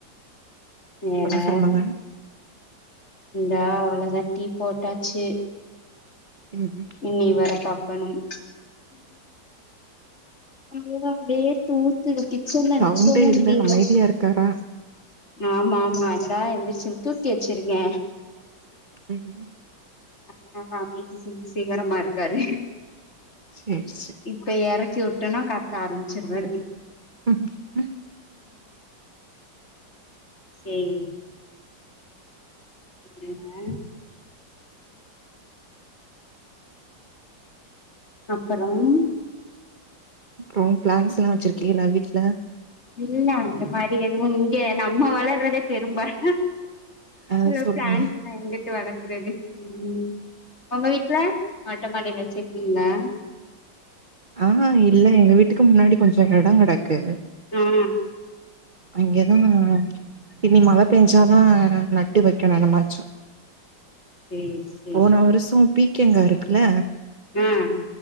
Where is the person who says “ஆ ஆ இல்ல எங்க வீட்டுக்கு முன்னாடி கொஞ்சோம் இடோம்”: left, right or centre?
Right